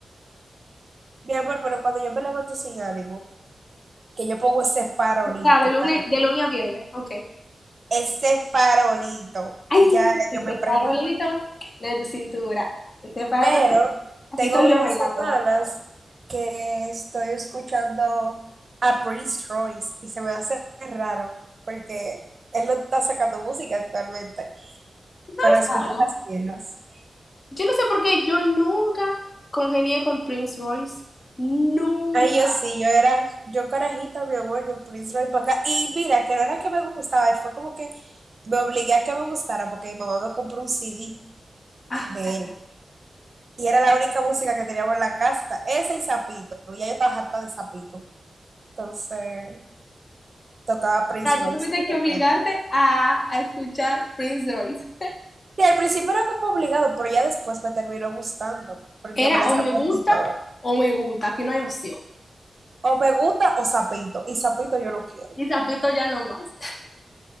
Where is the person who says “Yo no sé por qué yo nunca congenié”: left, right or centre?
Left